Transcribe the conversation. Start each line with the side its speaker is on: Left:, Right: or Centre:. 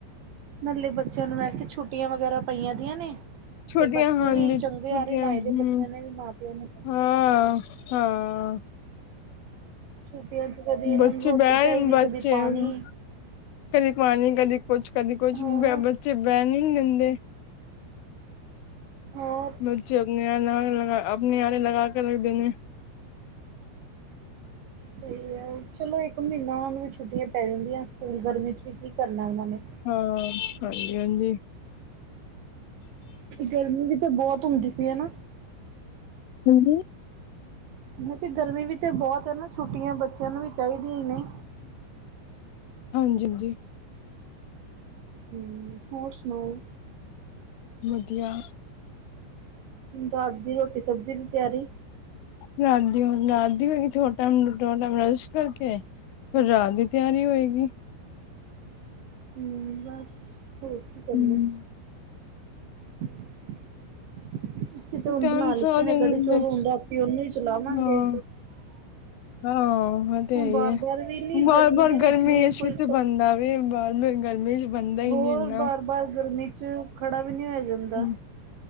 Right: ਨਾਲੇ ਬੱਚਿਆਂ ਨੂੰ ਵੈਸੇ ਛੁੱਟੀਆਂ ਵਗੈਰਾ ਪਈਆਂ ਦੀਆਂ ਨੇ।
Left: ਛੁੱਟੀਆਂ
Right: ਤੇ ਬੱਚੇ
Left: ਹਨ
Right: ਵੀ
Left: ਜੀ
Right: ਚੰਗੇ
Left: ਛੁੱਟੀਆਂ
Right: ਆਰੇ ਲਾਏ
Left: ਹਮ,
Right: ਦੇ ਬੱਚਿਆਂ ਨੇ ਵੀ ਮਾਂ-ਪਿਓ ਨੂੰ।
Left: ਹਾਂ ਹਾਂ
Right: ਛੁੱਟੀਆਂ 'ਚ ਕਦੀ ਏਨਾ
Left: ਬੱਚੇ
Right: ਨੂੰ ਨੂੰ ਰੋਟੀ
Left: ਬੈਣ
Right: ਚਾਈਦੀ
Left: ਬੱਚੇ
Right: ਕਦੀ ਪਾਣੀ।
Left: ਕਦੀ ਪਾਣੀ ਕਦੀ ਕੁੱਛ ਕਦੀ ਕੁੱਛ
Right: ਹੋਰ
Left: ਬੈ ਬੱਚੇ ਬੈਨ ਈ ਨੀ ਦਿੰਦੇ।
Right: ਹੋਰ
Left: ਬੱਚੇ ਅਪਣਿਆ ਨਾਲ ਲਗਾ ਅਪਣੇ ਆਰੇ ਲਗਾ ਕੇ ਰੱਖਦੇ ਨੇ।
Right: ਸਈ ਗੱਲ। ਚਲੋ ਏਕ ਮੀਨਾਂ ਉਨ੍ਹਾਂਨੂੰ ਵੀ ਛੁੱਟੀਆਂ ਪੈ ਜਾਂਦੀਆਂ। ਸਕੂਲ ਗਰਮੀ 'ਚ ਵੀ ਕੀ ਕਰਨਾ ਉਹਨਾਂ ਨੇ।
Left: ਹਾਂ ਹਾਂਜੀ-ਹਾਂਜੀ।
Right: ਗਰਮੀ ਵੀ ਤਾਂ ਬਹੁਤ ਹੁੰਦੀ ਪੀ ਏ ਨਾ।
Left: ਹਾਂਜੀ?
Right: ਮੈ ਤੇ ਗਰਮੀ ਵੀ ਤੇ ਬਹੁਤ ਹੈ ਨਾ ਛੁੱਟੀਆਂ ਬੱਚਿਆਂ ਨੂੰ ਵੀ ਚਾਹੀਦੀਆਂ ਹੀ ਨੇ।
Left: ਹਾਂਜੀ-ਹਾਂਜੀ।
Right: ਹੂੰ ਹੋਰ ਸੁਨਾਓ।
Left: ਵਧੀਆ।
Right: ਰਾਤ ਦੀ ਰੋਟੀ ਸਬਜ਼ੀ ਦੀ ਤਿਆਰੀ।
Left: ਰਾਤ ਦੀ ਹੁਨ ਰਾਤ ਦੀ <unintelligible> ਥੋੜਾ ਟਾਈਮ ਨੂੰ ਬਰੱਸ਼ ਕਰਕੇ, ਫਿਰ ਰਾਤ ਦੀ ਤਿਆਰੀ ਹੋਏਗੀ।
Right: ਹੂੰ ਬਸ ਹੋਰ ਕੀ ਕਰੀਏ।
Left: ਹਮ
Right: <inaudible> ਅਸੀਂ ਤੇ ਹੁਣ
Left: ਟਾਈਮ
Right: ਬਣਾ ਲਿੱਤੇ
Left: ਸਾਰਾ
Right: ਨੇ
Left: ਦਿਨ
Right: ਕੜੀ ਚੋਲ
Left: ਦੇ
Right: ਹੁਣ ਰਾਤੀ ਉਹਨੂੰ ਈ ਚਲਾਵਾਂਗੇ।
Left: ਹਾਂ ਹਾਂ। ਉਹ ਤੇ
Right: ਹੁਣ
Left: ਹੈ
Right: ਬਾਰ
Left: ਈ ਐ।
Right: ਬਾਰ ਵੀ ਨੀ
Left: ਬਾਰ-ਬਾਰ
Right: ਗਰਮੀ ਦੇ ਵਿੱਚ
Left: ਗਰਮੀ
Right: ਵੀ
Left: ਏ ਛੇਤੀ
Right: ਕੋਈ
Left: ਬਣਦਾ ਵੀ ਏ ਬਰ ਗਰਮੀ ਬਣਦਾ ਹੀ
Right: ਹੋਰ
Left: ਨੀ ਇੰਨਾ
Right: ਬਾਰ-ਬਾਰ ਗਰਮੀ 'ਚ ਖੜਾ ਵੀ ਨੀ ਹੋਇਆ ਜਾਂਦਾ।
Left: ਹਮ।